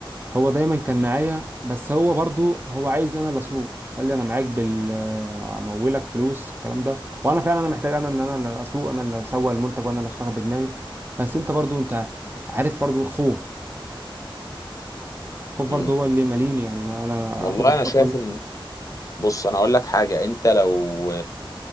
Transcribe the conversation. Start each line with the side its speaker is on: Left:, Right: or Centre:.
Right: هو دايما كان معايا بس هو برضو هو عايز ان انا اللي اسوق قال لي انا معاك بال آه، امولك فلوس الكلام ده وانا فعلا انا محتاج انا ان انا اللي اسوق انا اللي اسوق المنتج وانا اللي اشتغل بدماغي بس انت برضو انت عارف برضو الخوف الخوف
Left: امم
Right: برضو هو اللي ماليني يعني انا انا
Left: والله
Right: اخد الخطوه
Left: انا شايف
Right: دي
Left: ان بص انا اقول لك حاجه انت لو